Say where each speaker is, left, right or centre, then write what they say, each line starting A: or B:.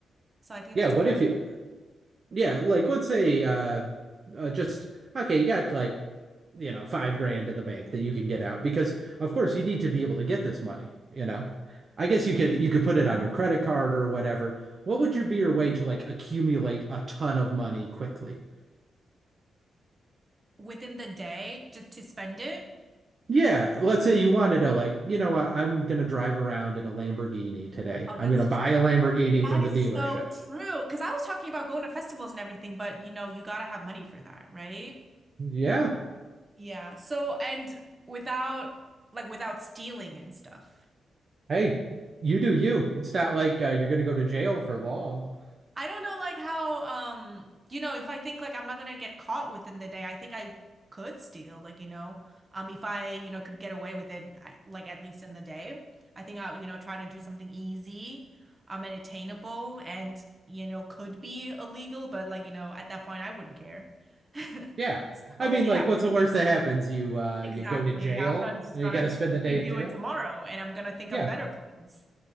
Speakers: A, on the right; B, on the right.
A: So I think
B: Yeah,
A: that's
B: what
A: where
B: if
A: I would
B: you yeah, like let's say uh, uh just okay, you got like, you know, five grand in the bank that you can get out because of course you need to be able to get this money, you know. I guess you could you could put it
A: ra-
B: on your credit card or whatever. What would your be your way to like accumulate a ton of money quickly?
A: within the day to, to spend it.
B: Yeah, let's say you wanted to like, you know what, I'm gonna drive around in a Lamborghini today.
A: Oh,
B: I'm
A: that's
B: gonna buy
A: true.
B: a Lamborghini
A: That
B: from
A: is
B: the dealership.
A: so true. Because I was talking about going to festivals and everything, but you know, you gotta have money for that, right?
B: Yeah.
A: Yeah. So, and without like without stealing and stuff.
B: Hey, you do you. It's not like uh, you're gonna go to jail for long.
A: I don't know like how um you know if I think like I'm not gonna get caught within the day I think I could steal like you know um if I you know could get away with it I- like at least in the day I think I'll you know try to do something easy um and attainable and you know could be illegal but like you know at that point I wouldn't care <laughs>
B: Yeah.
A: so
B: I mean,
A: yeah
B: like, what's the worst that happens? You uh you
A: exactly
B: go to jail
A: yeah I'm gonna just
B: and
A: gonna
B: you got to spend the day
A: redo
B: in jail.
A: it tomorrow and I'm gonna think
B: Yeah.
A: of better plans